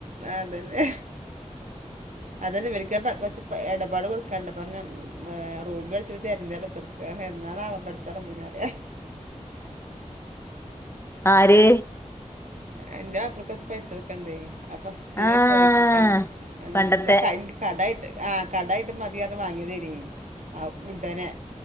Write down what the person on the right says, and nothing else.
അതന്നെ അതന്നെ ഇവരി <unintelligible> ഇടപാട് കൊടുക്കാണ്ട് പറഞ്ഞു റോബി കളിച്ച <unintelligible> എന്നണാവോ പടച്ച റബ്ബിനറിയാം
എന്റെ മാപ്പിളക്ക് കുറച്ച് പൈസ കൊടുക്കണ്ടേ ആ ഫസ്റ്റ്ല്
പ്രൊഡക്റ്റ്ട് വിക്കാം
ന്നാ കയ് കടായ്ട്ട് ആ കടായ്ട്ട് മതീന്ന് പറഞ്ഞ് വാങ്ങിയതേനി ആ ഉടനെ